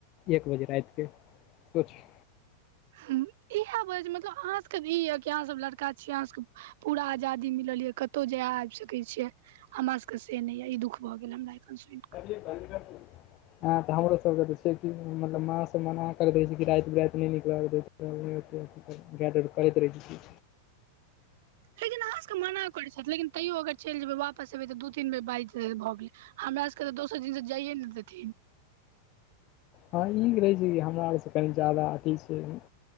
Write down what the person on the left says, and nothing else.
एक बजे राइतके सोचयौ।
ए बन्द कर। ह तऽ हमरो सबके तऽ छैय कि मतलब माँ सब मना कर रहै छैय कि राइत बिराइत नै नीकलल कर। <unintelligible> क रैत रहे छी।
हँ ई त रहै छैय कि हमरा आरसँ कनि जादा अथी छैय।